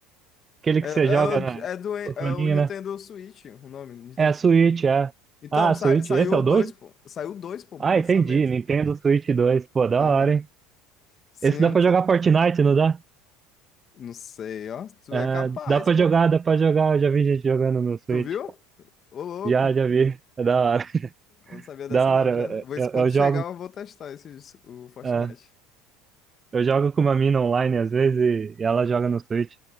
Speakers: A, on the right; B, on the left.
A: aquele
B: É,
A: que
B: é
A: você joga
B: o,
A: na
B: é do, é
A: controlinha,
B: o Nintendo
A: né?
B: Switch, o nome, Nintendo
A: É a
B: Switch.
A: Switch, é.
B: Então,
A: Ah, a
B: sa-
A: Switch.
B: saiu
A: Esse é o
B: o 2,
A: 2?
B: pô. Saiu o 2, pô, lançamento.
A: Ah, entendi. Nintendo Switch 2, Pô, da
B: Aham.
A: hora, hein?
B: Sim,
A: Esse
B: eu
A: dá pra
B: ent-
A: jogar Fortnite, não dá?
B: não sei, ó. Tu
A: É,
B: é capaz,
A: dá pra
B: pô.
A: jogar, dá pra jogar. Eu já vi gente jogando no Switch.
B: Tu viu? Ô, louco.
A: Já, já vi. É da hora. <laughs>
B: Eu não sabia dessa
A: Da
B: não,
A: hora.
B: já. Vou-
A: Eu,
B: Quando
A: eu
B: chegar,
A: jogo,
B: eu vou testar esse, o Fortnite.
A: é, eu jogo com uma mina online às vezes e, e ela joga no Switch.